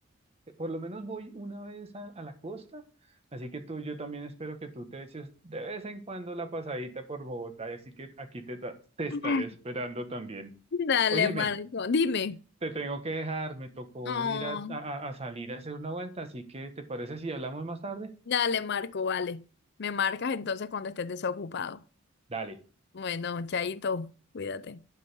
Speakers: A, on the right; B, on the left.
A: eh, por lo menos voy una vez a, a la costa, así que tú, yo también espero que tú te eches de vez en cuando la pasadita por Bogotá, y así que aquí te, ta- te estaré
B: <laughs>
A: esperando también.
B: Dale,
A: Óyeme.
B: Marco, dime.
A: Te tengo que dejar, me tocó
B: Oh,
A: ir a, a a salir a hacer una vuelta, así que ¿te parece si hablamos más tarde?
B: dale, Marco, vale. Me marcas entonces cuando estés desocupado.
A: Dale.
B: Bueno, chaito, cuídate.